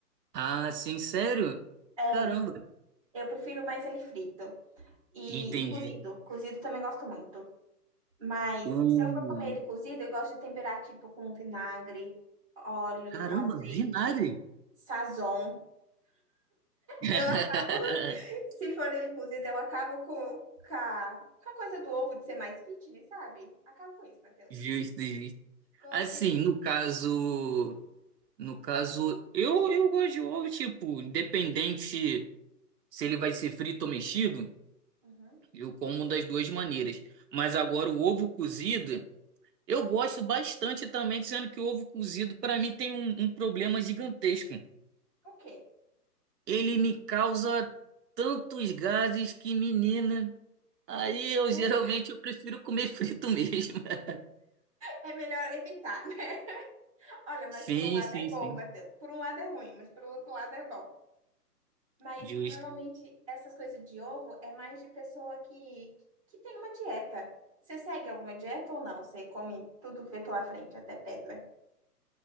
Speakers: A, on the right (about 80°); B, on the right (about 20°).
A: Ah, sim, sério?
B: É,
A: Caramba.
B: eu prefiro mais ele frito. E,
A: Entendi.
B: e cozido. Cozido também gosto muito. Mas
A: O...
B: se eu for comer ele cozido, eu gosto de temperar tipo com vinagre, óleo,
A: Caramba,
B: azeite,
A: vinagre.
B: sazon.
A: <laughs>
B: Eu acabo, <laughs> se for ele cozido, eu acabo com, com a, com a coisa do ovo de ser mais fitness, sabe? Acabo com isso, Matheus.
A: Justo, justo.
B: Coloco,
A: Assim,
B: viro.
A: no caso, no caso, eu, eu gosto de ovo, tipo, independente se ele vai ser frito ou mexido,
B: Uhum.
A: eu como das duas maneiras. Mas agora o ovo cozido, eu gosto bastante também, sendo que o ovo cozido para mim tem um, um problema gigantesco.
B: Ok.
A: Ele me causa tantos gases que, menina, aí
B: É sério.
A: eu geralmente eu prefiro comer frito mesmo. <laughs>
B: É melhor evitar, né? <laughs> Olha, mas
A: Sim,
B: por um lado
A: sim,
B: é bom,
A: sim.
B: Matheus. Por um lado é ruim, mas por outro lado é bom. Mas
A: Justo.
B: normalmente essas coisas de ovo é mais de pessoa que, que tem uma dieta. Você segue alguma dieta ou não? Você come tudo que vê pela frente, até pedra.